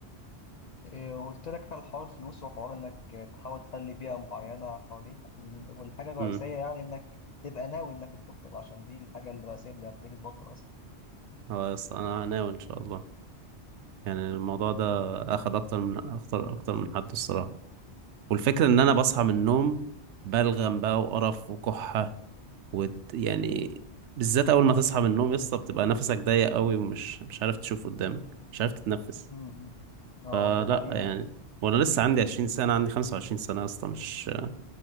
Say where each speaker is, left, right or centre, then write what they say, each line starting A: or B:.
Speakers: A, on the left (about 60°); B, on the right (about 85°).
A: إيه، قلت لك على حوار الفلوس وحوار انك تحاول تخلي بيئة معينة حواليك وال- والحاجة الرئيسية
B: امم
A: يعني انك تبقى ناوي انك تبطل عشان دي الحاجة الرئيسية اللي هتخليك تبطل اصلا
B: خلاص انا ناوي ان شاء الله يعني الموضوع ده
A: أم-
B: اخد اكتر من اكتر اكتر من حد الصراحه والفكره ان انا بصحى من النوم بلغم بقى وقرف وكحه ود يعني بالذات اول ما تصحى من النوم يا اسطى بتبقى نفسك ضيق قوي ومش مش عارف تشوف قدامك مش عارف تتنفس
A: أم. اه
B: فلا
A: آه، دي حقيقة
B: يعني وانا لسه عندي 20 سنه عندي 25 سنه يا اسطى مش يعني